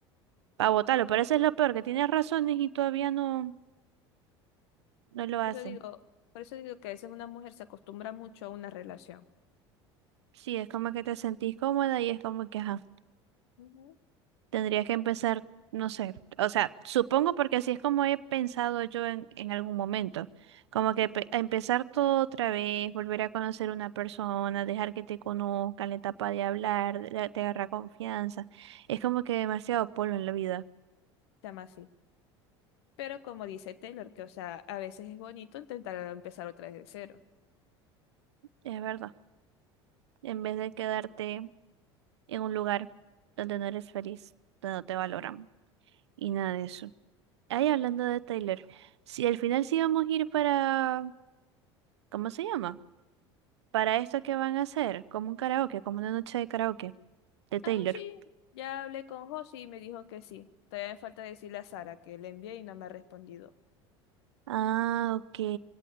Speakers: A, on the right; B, on the left.
A: para votarlo. Pero eso es lo peor, que tienes razones y todavía no, no lo
B: Por
A: hacen.
B: eso digo, por eso digo que a veces una mujer se acostumbra mucho a una relación.
A: Sí, es como que te sentís cómoda y es como que, ajá,
B: Ujú.
A: tendrías que empezar, no sé. O sea, supongo porque así es como he pensado yo en, en algún momento. Como que pe- empezar todo otra vez, volver a conocer una persona, dejar que te conozca, la etapa de hablar, de- te agarra confianza. Es como que demasiado polvo en la vida.
B: Se llama así. Pero como dice Taylor, que o sea, a veces es bonito intentar empezar otra vez de cero.
A: Es verdad. En vez de quedarte en un lugar donde no eres feliz, donde no te valoran y nada de eso. Ahí hablando de Taylor, si al final sí vamos a ir para, ¿cómo se llama? Para esto que van a hacer, como un karaoke, como una noche de karaoke de Taylor.
B: Ah, sí, ya hablé con José y me dijo que sí. Todavía me falta decirle a Sara que le envié y no me ha respondido.
A: Ah, ok.